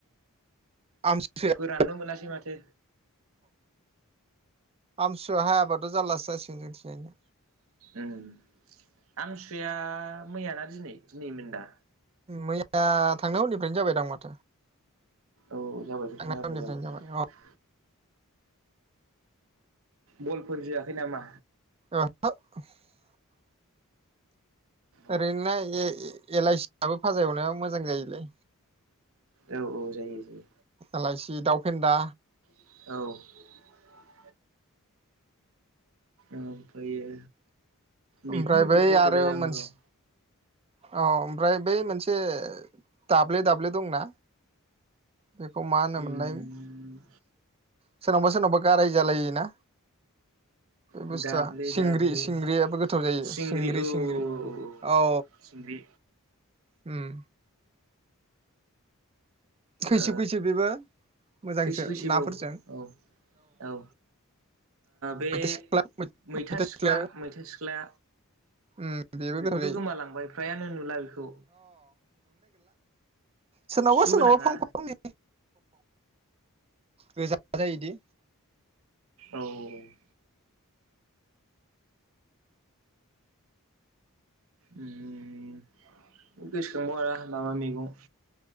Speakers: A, on the right (about 25°); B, on the right (about 65°).
A: आमथिसुवाया
B: फोराननो मोनासै माथो।
A: आमसुवायाव हायाबाथ' जारलासो जासिगोन जोंनिथिजाय ना।
B: उम आमथिसुवाया मैयाना दिनै दिनैमोन दा?
A: मैया थांनाय हरनिफ्रायनो जाबाय दं माथो
B: औ जाबाय
A: थांनाय हरनिफ्रायनो जाबाय
B: <unintelligible>
A: औ
B: बलफोर जोआखै नामा
A: ओ <inaudible>
B: औ
A: ओरैनो लाय ए-ए एलाइसिआबो भाजा एवनायाव मोजां जायोलै
B: औ औ जायो जायो
A: एलाइसि दाउ फेन्दा
B: औ अम फैयो
A: ओमफ्राय
B: मैगं फोरखौनो
A: बै
B: बावदलाय
A: आरो
B: लांङो
A: मोनसे
B: र'
A: औ ओमफ्राय बै मोनसे दाब्ले-दाब्ले दंना बेखौ मा होनोमोनलाय
B: उम
A: सोरनावबा-सोरनावबा गाराय जालोना बे बुस्थुआ
B: दाब्ले
A: सिंग्रि-सिंग्रियाबो
B: दाब्ले
A: गोथाव जायो
B: सिंग्रि
A: सिंग्रि-सिंग्रि
B: औ औ
A: औ
B: सिंग्रि
A: अम खैसिब
B: ओ
A: खैसिब बेबो मोजांसो
B: खैसिब-खैसिब
A: नाफोरजों
B: औ औ ओ बे
A: मैथा सिख्ला
B: मैथा
A: सिख्लायाबो
B: सिख्ला मैथा सिख्ला
A: उम बेबो
B: बेखौथ
A: गोथाव जायो
B: गोमालांबाय फ्रायानो नुला बेखौ।
A: सोरनावबा-सोरनावबा
B: सु गोनाङा
A: फांफा फांनै गोजा जायोदि
B: औ औ औ अम गोसोखांग हाया मा मा मेगं